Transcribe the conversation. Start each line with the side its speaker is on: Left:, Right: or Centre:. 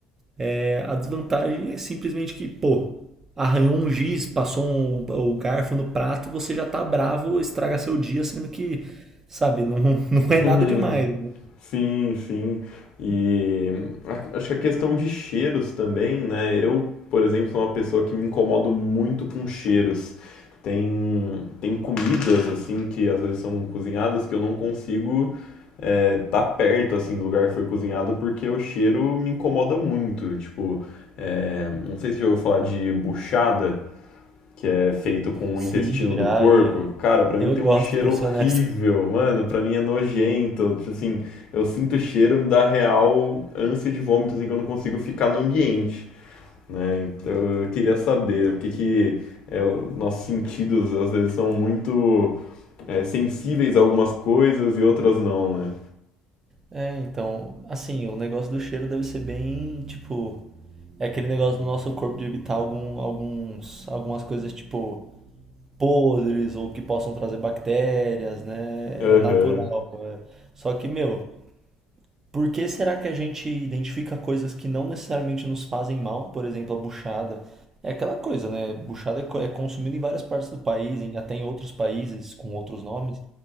Right: é, a desvantagem é simplesmente que, pô, arranhou um giz, passou um- o garfo no prato, você já tá bravo, estraga seu dia, sendo que, sabe, não, <laughs> não
Left: <laughs>
Right: é nada demais, né?
Left: Sim, sim. E a- acho que a questão de cheiros também, né? Eu, por exemplo, sou uma pessoa que me incomodo muito com cheiros. Tem, tem comidas, assim, que às vezes são cozinhadas que eu não consigo é, tá perto, assim, do lugar que foi cozinhado porque o cheiro me incomoda muito. Tipo, é, não sei se eu vou falar de buchada que é feito com
Right: Sim,
Left: o intestino
Right: já,
Left: do porco,
Right: e
Left: cara, pra mim
Right: eu
Left: tem
Right: gosto,
Left: um cheiro
Right: pra
Left: horrível,
Right: ser honesto.
Left: mano, pra mim é nojento, tipo assim, eu sinto o cheiro, me dá real ânsia de vômito, assim, que eu não consigo ficar no ambiente, né, então eu queria saber porque que é, o- nossos sentidos às vezes são muito é, sensíveis a algumas coisas e outras não, né.
Right: É, então, assim, o negócio do cheiro deve ser bem, tipo, é aquele negócio do nosso corpo de evitar algum, alguns, algumas coisas, tipo, podres ou que possam trazer bactérias, né?
Left: Aham,
Right: É natural. é. Só que, meu, por que será que a gente identifica coisas que não necessariamente nos fazem mal? Por exemplo, a buchada. É aquela coisa, né? Buchada é co- é consumida em várias partes do país, em- até em outros países com outros nomes.